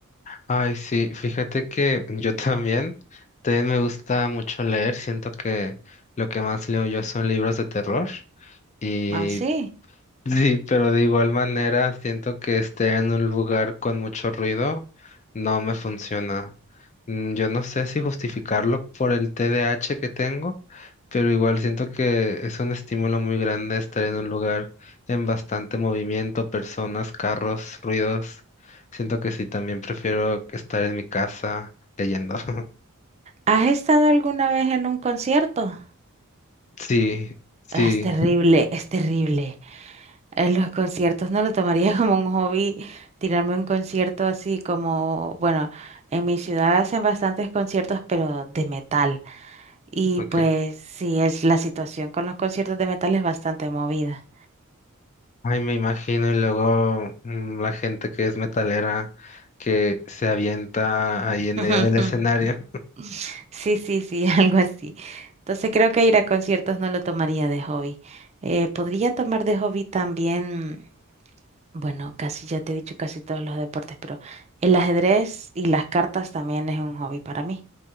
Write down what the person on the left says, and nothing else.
ay, sí, fíjate que yo también, también me gusta mucho leer. Siento que lo que más leo yo son libros de terror. y
Sí, pero de igual manera siento que esté en un lugar con mucho ruido no me funciona. Mm, Yo no sé si justificarlo por el TDAH que tengo, pero igual siento que es un estímulo muy grande estar en un lugar en bastante movimiento, personas, carros, ruidos. Siento que sí, también prefiero estar en mi casa leyendo. <laughs>
Sí, sí,
ok.
Ay, me imagino, y luego mm, la gente que es metalera que se avienta ahí
en medio del escenario.